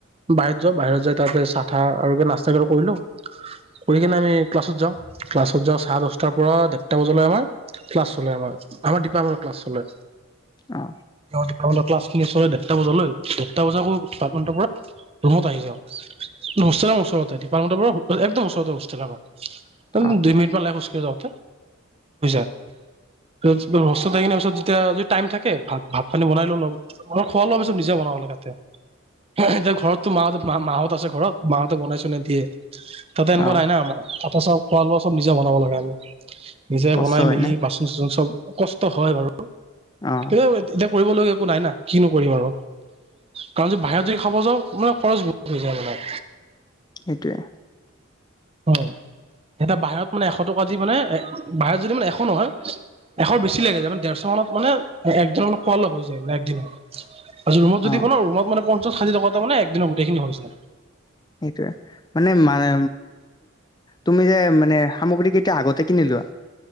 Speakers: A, on the right; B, on the left.
A: বাহিৰত যাওঁ বাহিৰত যাই তাৰপা চাহ-তাহ, আৰু কিবা নাস্তা কিবা এটা কৰি লওঁ, কৰি কিনে আমি ক্লাছত যাওঁ ক্লাছত যাওঁ চাৰে-দহটাৰ পৰা ডেৰটা বজালৈ আমাৰ ক্লাছ চলে আমাৰ। আমাৰ ডিপাৰমেন্তৰ ক্লাছ চলে।
B: অ
A: অ'। ক্লাছখিনি চলে ডেৰটা বজালৈ ডেৰটা বজাকো ডিপাৰ্টেণ্টৰ পৰা ৰুমত আহি যাওঁ। ক হোষ্টেলৰ ওচৰতে ডিপাৰ্টেণ্টৰ পৰা একদম ওচৰতে হোষ্টেল আমাৰ।
B: অ
A: দুই মিনিট মান লাগে খোজকাঢ়ি যাওঁ। <unintelligible> হোষ্টেলত থাকি কিনে পিছত যেতিয়া যদি টাইম থাকে, ভাত ভাত-পানী বনাই লওঁ অলপ। আমাৰ খোৱা লোৱাবোৰ চব নিজে বনাব লাগে। তাতে এতিয়া ঘৰতো মাহঁ মাহঁত আছে ঘৰত মাহঁতে বনাই। নিদিয়ে তাতে মই
B: অ
A: নাই না' তাতে <unintelligible> খোৱা লোৱা চব নিজে বনাব লাগে আমি। নিজে
B: কষ্ট
A: বনাই
B: হয়
A: মেলি
B: না
A: বাচন চাচন চব কষ্ট হয় বাৰু।
B: অ
A: এতিয়া কৰিব লগিয়া একো নাই না কি নকৰিম আৰু কাৰণ যদি বাহিৰত যদি খাব যাওঁ মানে খৰচ বহুত হৈ যায় মানে।
B: এইটোৱে।
A: অ' এতিয়া বাহিৰত মানে এশ টকা দি মানে বাহিৰত যদি মানে এশ নহয় এশ বেছি লাগি যায় মানে ডেৰশ মানত মানে একজন মান খোৱা অলপ হৈ যায় ম একদ। ৰুমত য
B: অ
A: <inaudible> দিব ন ৰুম মানে ৰুমত সাজি থকা মানে দিনৰ গোটেইখিনি হৈ যায়।
B: সেইটোয় মানে তুমি যে মানে সামগ্ৰীকেইটা আগতে কিনি লোৱা